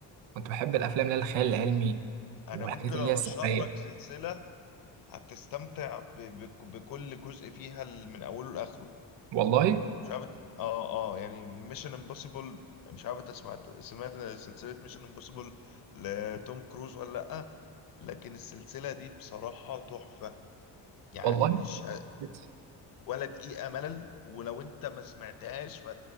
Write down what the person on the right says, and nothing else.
كنت بحب الافلام اللي هي الخيال العلمي
والحاجات
اللي
هي السحريه
والله
والله
كويس.